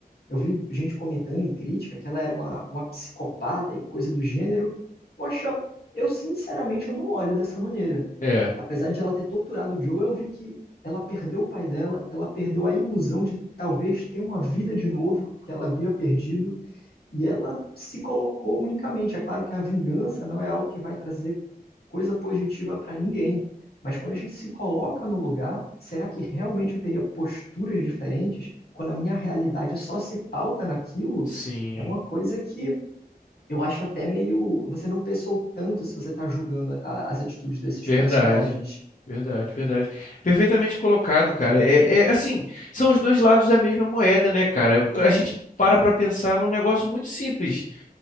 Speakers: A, on the left; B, on the left.
A: Eu vi gente comentando em crítica que ela era uma, uma psicopata e coisa do gênero. Poxa, eu sinceramente eu não olho dessa maneira.
B: É,
A: Apesar de ela ter torturado o Joe, eu vi que ela perdeu o pai dela, ela perdeu a ilusão de talvez ter uma vida de novo que ela havia perdido, e ela se colocou unicamente. É claro que a vingança não é algo que vai trazer coisa positiva para ninguém, mas quando a gente se coloca no lugar, será que realmente eu teria posturas diferentes quando a minha realidade só se pauta naquilo?
B: sim,
A: É uma coisa que eu acho até meio. Você não pensou tanto se você está julgando a- as atitudes desses
B: verdade.
A: personagens.
B: Verdade, verdade. Perfeitamente colocado, cara. É, é assim, são os dois lados da mesma moeda, né, cara? A gente para pra pensar num negócio muito simples.